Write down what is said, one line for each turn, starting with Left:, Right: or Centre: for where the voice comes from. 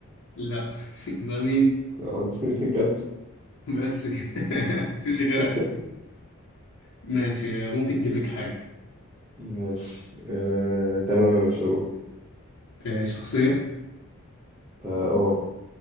Left: لا <laughs> يبقى مين
Right: <laughs> قصدي مش كندا
Left: بس كده <laughs> مفيش غيرها
Right: <laughs>
Left: ماشي ممكن تبيك حاجة
Right: ماشي آه، تمام يا مشروف
Left: آه، شخصية
Right: اه أوه.